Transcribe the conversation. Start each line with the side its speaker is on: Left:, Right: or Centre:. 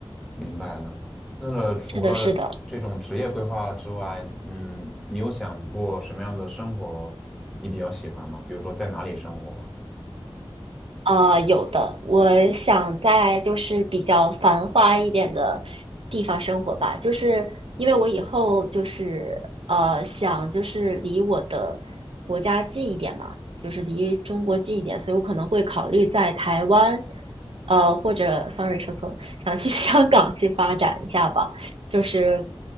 Centre: 明白了。那么除了这种职业规划之外，
Right: 是的，是的。
Centre: 嗯，你有想过什么样的生活你比较喜欢吗？比如说在哪里生活？
Right: 呃，有的，我想在就是比较繁华一点的地方生活吧，就是因为我以后就是呃想就是离我的国家近一点嘛，就是离中国近一点，所以我可能会考虑在台湾，呃或者 sorry 说错了，想去 <laughs> 香港去发展一下吧，就是